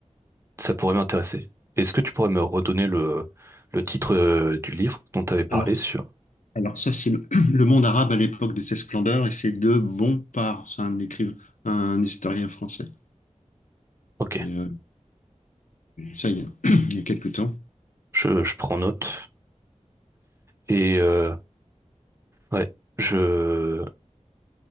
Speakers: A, on the right; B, on the left.
A: ça pourrait m'intéresser. Est-ce que tu pourrais me redonner le, le titre euh, du livre dont tu avais parlé
B: alors,
A: sur...
B: alors ça, c'est le, <clears throat> le monde arabe à l'époque de ses splendeurs, et c'est de Bompard, c'est un écrivain, un historien français.
A: Ok,
B: Et euh, ça, il y a, <clears throat> il y a quelques temps.
A: je, je prends note. Et euh, ouais, je...